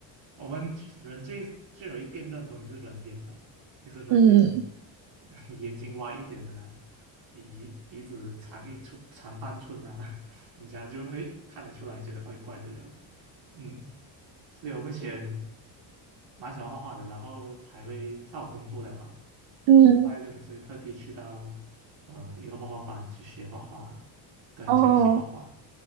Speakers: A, on the right; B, on the right.
A: 我们最人最最容易辨认的东西是人脸嘛。其实人脸，
B: 嗯
A: <laughs> 眼睛歪一点啊，鼻鼻子长一寸长半寸啊，<laughs> 人家就诶看得出来，觉得怪怪的了。嗯，所以我目前蛮喜欢画画的，然后才会上午工作的嘛。
B: 嗯，
A: 我每个拜六还是会特地去到呃一个画画班去学画画，跟人家一起画画。
B: 哦